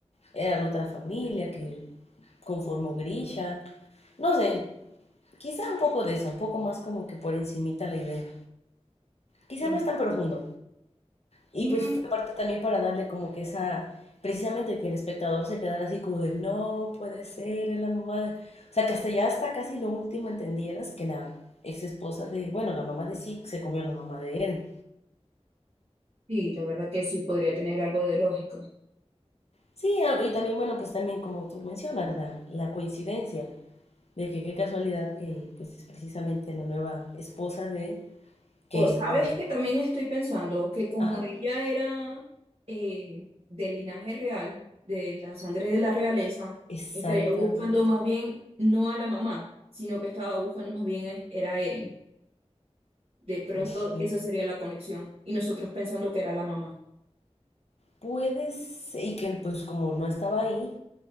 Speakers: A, on the left; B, on the right.
A: Era la otra familia que conformó Grisha. No sé, quizá un poco de eso, un poco más como que por encimita la idea. Quizá
B: No.
A: no es tan profundo, y
B: Mm,
A: pues fue parte también para darle como que esa, precisamente que el espectador se quedara así como de, no puede ser, es la mamá de... O sea, que hasta ya hasta casi lo último entendieras que la ex esposa de, bueno, la mamá de Zeke se comió a la mamá de él.
B: Sí, la verdad que sí podría tener algo de lógica.
A: Sí, a- y también, bueno, pues también como tú mencionas, la, la coincidencia de que qué casualidad que pues es precisamente la nueva esposa de que
B: O sabes
A: pues,
B: que también estoy pensando que como
A: ajá,
B: ella era eh, del linaje real, de la sangre de la realeza,
A: exactamente.
B: estaría buscando más bien no a la mamá, sino que estaba buscando más bien es- era a Eren. De pronto
A: ok.
B: esa sería la conexión y nosotros pensando que era la mamá.
A: Puede ser, y que pues como no estaba ahí,